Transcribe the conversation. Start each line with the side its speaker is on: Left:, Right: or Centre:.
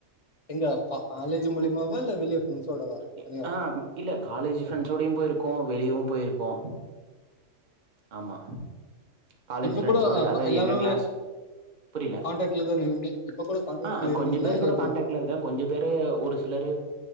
Left: எங்க கா காலேஜ் மூலியமாவா இல்ல வெளிய ஃப்ரெண்ட்ஸோடவா
Right: எ
Left: தனியா
Right: ஆ ம் இல்ல காலேஜ் ஃப்ரெண்ட்ஸோடையும் போயிருக்கோ வெளியவும் போயிருக்கோ ஆமா காலேஜ்
Left: இப்ப
Right: ஃப்ரெண்ட்ஸோட
Left: கூட அ
Right: அதா
Left: கா எல்லாரு
Right: எங்க கிளாஸ் புரில
Left: கான்டாக்ட்ல தான இருக்கு இப்ப கூட கான்டாக்ட்ல
Right: ஆ
Left: இருக்கீங்களா
Right: கொஞ்ச பேரு
Left: இல்ல
Right: கூட
Left: எப்டி
Right: கான்டாக்ட்ல இருக்கேன் கொஞ்ச பேரு ஒரு சிலரு